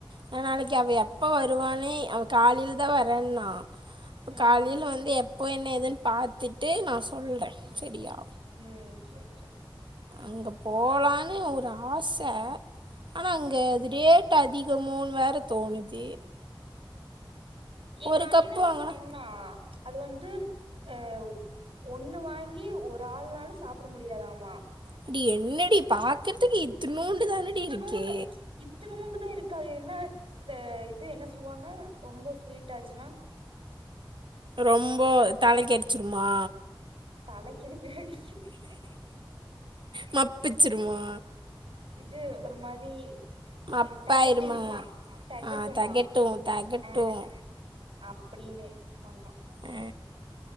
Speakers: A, on the right; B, on the right.
A: நா நாளைக்கு அவ எப்ப வருவானே அவ காலைல தா வரேண்ணா இப்ப
B: ம்
A: காலைல வந்து எப்போ என்ன ஏதுன் பாத்துட்டு நா சொல்றே சரியா
B: ம் சேர் சேர்
A: அங்க போலான்னு ஒரு ஆச ஆனா அங்க அது ரேட் அதிகமோன் வேற தோணுது
B: எங்க
A: ஒரு
B: அண்ண
A: கப்பு வாங்கினா
B: சொன்னா அது வந்து ஆ ஒன்னு வாங்கி ஒரு ஆள்நால சாப்பட முடியாதாமா
A: இப்டி என்னடி பாக்கறதுக் இத்துனூண்டு தானடி
B: இத்தனூண்டு
A: இருக்கு
B: இத்தனூண்டு தா இருக்கு அது என்ன ஆ இது என்ன சொல்வாங்க ரொம்ப ஸ்வீட் ஆச்சுன்னா
A: ரொம்ப தலைக்கடிச்சுருமா
B: தலைக் எதுக்கு டி அடி
A: மப்பிச்சிருவோ
B: இது ஒரு மாரி
A: அப்பா
B: ஏ தெகட்டிருமா
A: இருமா
B: தெகட்டுமா
A: ஆ தகட்டும் தகட்டும்
B: அ அப்டினு சொன்னா
A: ஆ